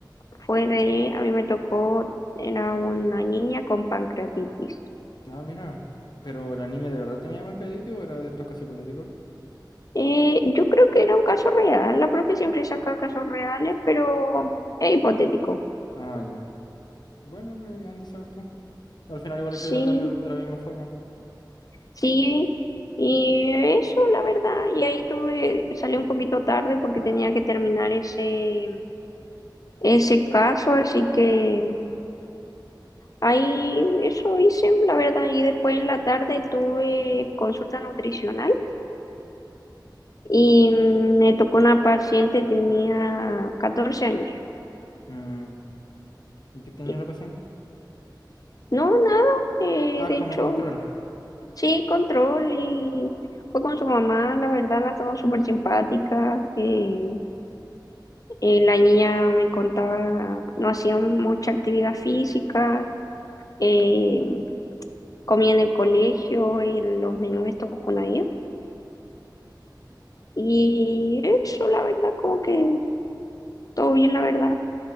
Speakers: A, on the left; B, on the left.
A: fue de... A mí me tocó, era una niña con pancreatitis.
B: Ah, mira. ¿Pero la niña de verdad tenía pancreatitis o era de estos casos hipotéticos?
A: Eh, yo creo que era un caso real, la profe siempre saca casos reales, pero es hipotético.
B: Ah, ya. Bueno, pero ¿qué andas a saber tú? Al final igual hay que
A: Sí,
B: tratarlo de la misma forma.
A: sí, y eso, la verdad, y ahí tuve, salí un poquito tarde porque tenía que terminar ese, ese caso, así que ahí eso hice, la verdad, y después en la tarde tuve consulta nutricional y me tocó una paciente, tenía 14 años.
B: Mm, ¿Y qué tenía
A: Y-
B: la paciente?
A: No, nada, eh,
B: Ah,
A: de
B: como
A: hecho,
B: control.
A: sí, control y fue con su mamá, la verdad, las dos súper simpáticas. eh, eh, la niña me contaba, no hacía mucha actividad física, eh, comía en el colegio, en los menús estos Junaed. Y eso, la verdad, como que todo bien, la verdad.